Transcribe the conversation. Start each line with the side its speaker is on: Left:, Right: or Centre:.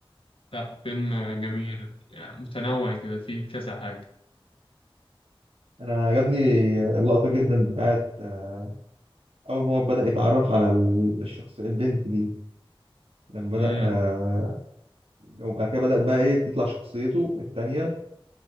Left: لا فيلم جميل يعني متنوع كده فيه كذا حاجة
Right: انا عجبني اللقطة جدا بتاعت آه، اول ما هو بدأ يتعرف على الشخص البنت دي لما
Left: امم
Right: بدأ آه وبعد كده بدأت بقى إيه تطلع شخصيته التانية